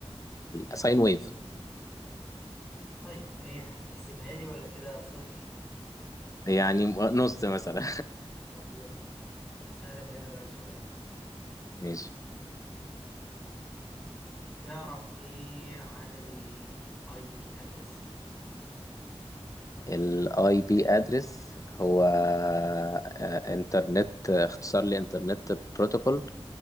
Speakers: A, on the left; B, in the centre.
A: ساين ويف
B: طيب ايه هتحسبها لي ولا كده صفر
A: يعني م- نص مثلا
B: طب يلا اسالك انا بقى سؤال
A: <laughs> ماشي
B: تعرف ايه عن الاي بي ادرس
A: الاي بي ادرس هو آه، انترنت آه، اختصار لانترنت بروتوكول